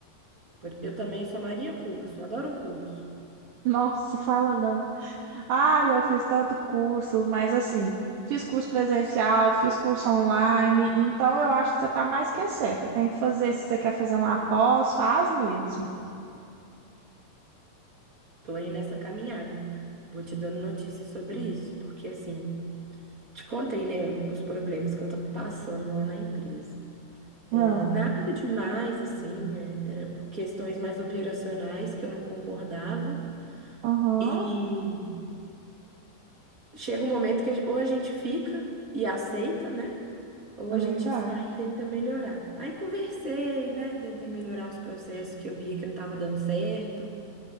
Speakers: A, on the right; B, on the right.
A: Por- Eu também sou Maria curso, adoro um curso.
B: Nossa, fala não. Ai, eu fiz tanto curso, mas assim, fiz curso presencial, fiz curso online, então eu acho que você está mais que certa. Tem que fazer, se você quer fazer uma pós, faz mesmo.
A: Tô aí nessa caminhada. Vou te dando notícias sobre isso, porque assim, te contei, né, os problemas que eu tava passando lá na empresa. É,
B: Ah,
A: Nada demais, assim, é, era questões mais operacionais que eu não concordava,
B: aham,
A: E chega um momento que a gen- ou a gente fica e aceita, né? Ou
B: é
A: a
B: verdade.
A: gente sai e tenta melhorar. Aí conversei, né? Tentei melhorar os processos que eu via que não estava dando certo.